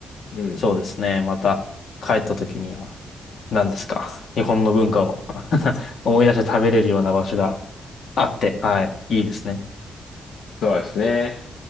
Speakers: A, on the left (about 80°); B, on the left (about 65°).
A: うん。
B: そうですね。また帰った時には、何ですか。<laughs> 日本の文化を思い出して食べれるような場所があって、はい、いいですね。
A: そうですね。